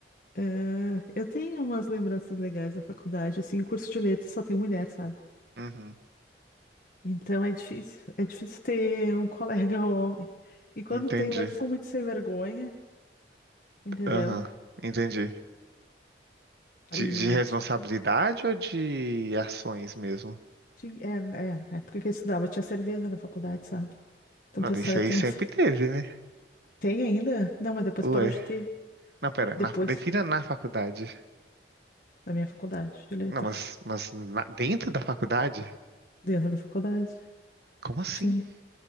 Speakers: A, on the left; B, on the right.
A: é, eu tenho umas lembranças legais da faculdade, assim, o curso de letras só tem mulher, sabe?
B: Uhum.
A: Então é difícil, é difícil ter um <laughs> colega homem. E quando
B: Entendi.
A: tem, eles são muito sem vergonha, entendeu?
B: Aham. Entendi. De,
A: E
B: de responsabilidade ou de ações mesmo?
A: Ti- É, é, na época que eu estudava tinha cerveja na faculdade, sabe? Então
B: Não,
A: o pessoal
B: isso
A: ia
B: aí
A: tomar.
B: sempre
A: <laughs>
B: teve, né?
A: Tem ainda? Não, mas depois
B: Ué.
A: parou de ter.
B: Não, pera. Na,
A: Depois,
B: defina na faculdade.
A: na minha faculdade de letras.
B: Não, mas, mas na- dentro da faculdade?
A: Dentro da faculdade,
B: Como assim?
A: tinha.